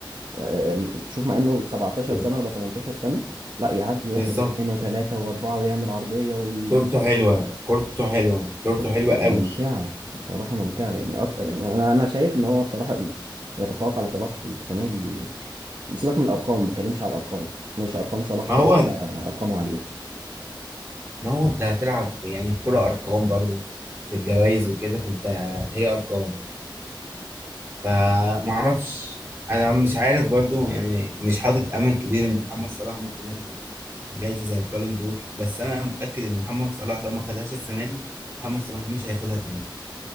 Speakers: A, on the right; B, on the right.
A: آه، أم، شوف مع انه 17
B: ب-
A: سنة ولا 18 سنة لا يعدي
B: بالظبط
A: واحد واثنين وثلاثة واربعة ويعمل عرضية ويجيب
B: كورته
A: ارتوهات
B: حلوه كورته حلوه كورته
A: كورت
B: حلوه
A: ممتعة
B: قوي
A: بصراحة ممتعة يعني أك... يعني انا أنا شايف ان هو بصراحة يتفوق على صلاح السنة دي سيبك من الارقام ما بتكلمش على الارقام ماشي ارقام صلاح
B: ما
A: كده
B: هو
A: كده ارقامه عالية
B: ما هو انت هتلعب يعني الكرة ارقام برضو في الجوائز وكده فانت هي ارقام فمعرفش انا مش عارف برضو يعني مش حاطط امل كبير ان محمد صلاح ممكن ياخد جايزه زي البالون دور بس انا متاكد ان محمد صلاح لو ما خدهاش السنه دي محمد صلاح مش هياخدها تاني